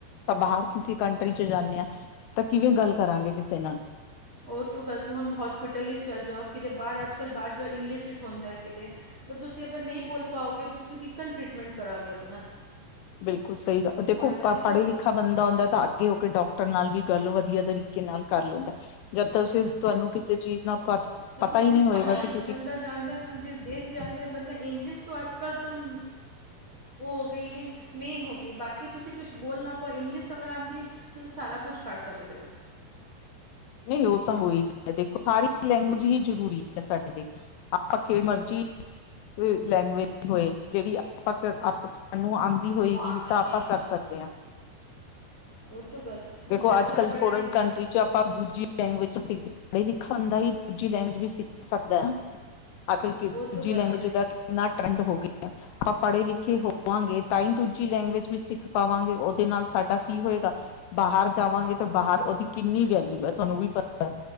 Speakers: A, on the left (about 85°); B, on the right (about 30°).
A: ਤਾਂ ਬਾਹਰ ਕਿਸੇ ਕੰਟਰੀ ਚ ਜਾਣੇ ਹਾਂ ਤਾਂ ਕਿਵੇਂ ਗੱਲ ਕਰਾਂਗੇ ਕਿਸੇ ਨਾਲ।
B: ਉਹ ਤੋਂ ਗੱਲਸ ਹੁਣ ਹੋਸਪਿਟਲ ਹੀ ਚੱਲ ਜਾਓ, ਕਿਤੇ ਬਾਹਰ ਅੱਜ ਕੱਲ੍ਹ ਬਾਹਰ ਜਾਓ ਇੰਗਲਿਸ਼ ਵਿੱਚ ਹੁੰਦਾ ਹੈ ਕਿਤੇ। ਤਾਂ ਤੁਸੀਂ ਅਗਰ ਨਹੀਂ ਬੋਲ ਪਾਓਗੇ ਤਾਂ ਤੁਸੀਂ ਕਿਕਨ ਟ੍ਰਰੀਟਮੈਂਟ ਕਰੋਗੇ ਆਪਣਾ।
A: ਬਿਲਕੁਲ ਸਹੀ ਦੇਖੋ
B: ਪੜ੍ਹਾਈ
A: ਪੜ੍ਹੇ
B: ਦੀ ਤੋਂ
A: ਲਖ ਲਿਖਾ ਬੰਦਾ ਹੁੰਂਦਾ ਤਾਂ ਅੱਗੇ ਹੋ ਕੇ ਡਾਕਟਰ ਨਾਲ ਵੀ ਗੱਲ ਵਧੀਆ ਤਰੀਕੇ ਨਾਲ ਕਰ ਲੈਂਦਾ। ਜਦ ਤੁਸੀਂ ਤੁਹਾਨੂੰ ਕਿਸੇ ਚੀਜ਼ ਨਾਲ ਪਤਾ
B: ਦੇਖੋ
A: ਪਤਾ ਹੀ
B: ਜਿਸ
A: ਨਹੀਂ ਹੋਏਗਾ
B: ਕੰਟਰੀ
A: ਕਿ ਤੁਸੀਂ
B: ਤੋਂ ਬੰਦਾ ਜਾਂਦਾ ਨਾ, ਜਿਸ ਦੇਸ਼ 'ਚ' ਜਾਂਦਾ ਬੰਦਾ ਇੰਗਲਿਸ਼ ਤੋਂ ਅੱਜ-ਕੱਲ੍ਹ ਤੁਮ ਉਹ ਹੋ ਗਈ ਹੈ ਮੇਨ ਹੋ ਗਈ। ਬਾਕੀ ਤੁਸੀਂ ਕੁਛ ਬੋਲ ਨਾ ਪਾਓ ਇੰਗਲਿਸ਼ ਅਗਰ ਆਦੀ ਏ। ਤੁਸੀਂ ਸਾਰਾ ਕੁਝ ਕਰ ਸਕਦੇ ਹੋ।
A: ਨਹੀਂ ਉਹ ਹੋਈ ਗਈ ਆ ਦੇਖੋ ਸਾਰੀ ਲੈਂਗੁਏਜ ਜ਼ਰੂਰੀ ਹੈ ਸਾਡੇ ਲਈ। ਕਿਹੜੀ ਮਰਜ਼ੀ ਲੈਂਗੁਏਜ ਹੋਏ। ਜਿਹੜੀ ਆਪ ਆਪ ਸ ਨੂੰ ਆਂਦੀ। ਆਦੀ ਹੋਏਗੀ
B: ਉਹ ਆਉਂਦੀ
A: ਤਾਂ
B: ਹੋਈ
A: ਆਪਾਂ ਕਰ ਸਕਦੇ ਹਾਂ।
B: ਉਹ ਤੋਂ ਗੱਲ ਸ ਹੁਣ
A: ਦੇਖੋ
B: ਬੱਚਾ
A: ਅੱਜ-ਕੱਲ੍ਹ
B: ਪੜ੍ਹਿਆ
A: ਸਟੂਡੈਂਟ
B: ਲਿ
A: ਕੰਟਰੀ 'ਚ' ਆਪ ਆਪ ਦੂਜੀ ਲੈਂਗੂਏਜ ਸਿ ਪੜ ਹੀ ਲਿਖਣ ਹੁੰਦਾ ਹੀ ਦੂਜੀ ਲੈਂਗੂਏਜ ਵੀ ਸਿੱਖ ਸਕਦਾ ਹੈ। ਆਖਰ ਦੂਜੀ
B: ਉਹ ਤੋਂ ਗੱਲ
A: ਲੈਂਗੁਏਜ
B: ਸਹੀ
A: ਦਾ ਕਿੰਨਾ ਟਰੈਂਡ ਹੋ ਗਿਆ। ਆਪਾਂ ਪੜ੍ਹੇ ਲਿਖੇ ਹੋਵਾਂਗੇ ਤਾਂ ਹੀ ਦੂਜੀ ਲੈਂਗੁਏਜ ਵੀ ਸਿੱਖ ਪਾਵਾਂਗੇ। ਉਹਦੇ ਨਾਲ ਸਾਡਾ ਕੀ ਹੋਏਗਾ? ਬਾਹਰ ਜਾਵਾਂਗੇ ਤਾਂ ਬਾਹਰ ਉਹਦੀ ਕਿੰਨੀ ਵੈਲਯੂ ਇਹ ਤੁਹਾਨੂੰ ਵੀ ਪਤਾ ਹੈ